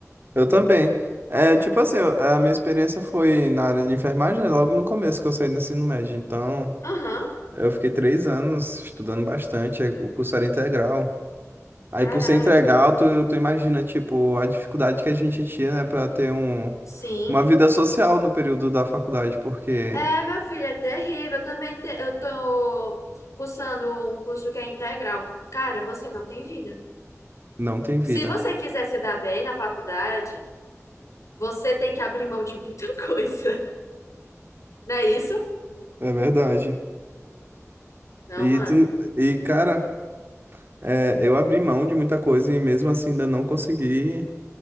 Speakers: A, on the right (about 45°); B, on the left (about 70°).
A: Eu também. É, tipo assim, eu- a minha experiência foi na área de enfermagem, né, logo no começo que eu saí do ensino médio. Então,
B: Aham,
A: eu fiquei três anos estudando bastante, é, o curso era integral. Aí,
B: caraca.
A: por ser integral, tu, tu imagina, tipo, a dificuldade que a gente tinha, né, pra ter um,
B: Sim.
A: uma vida social no período da faculdade, porque.
B: É, meu filho, é terrível. Eu também te- eu tô cursando um curso que é integral. Cara, você não tem vida.
A: Não tem vida.
B: Se você quiser se dar bem na faculdade, você tem que abrir mão de muita <laughs> coisa. Não é isso?
A: É verdade.
B: Não,
A: E,
B: mano.
A: tu, e cara, é, eu abri mão de muita coisa e mesmo assim ainda não consegui